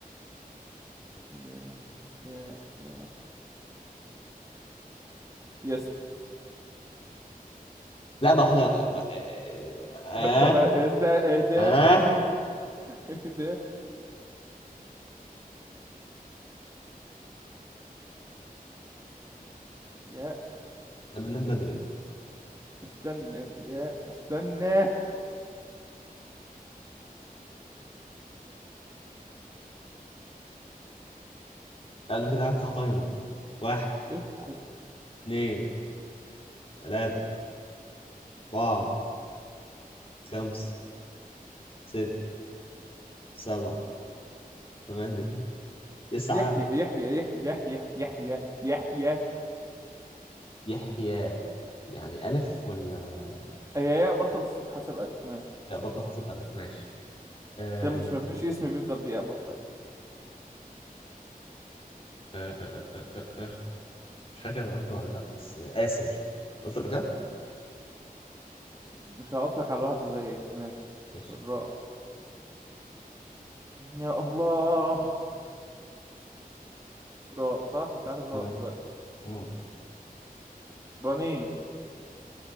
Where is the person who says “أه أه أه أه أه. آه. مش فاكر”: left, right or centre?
Left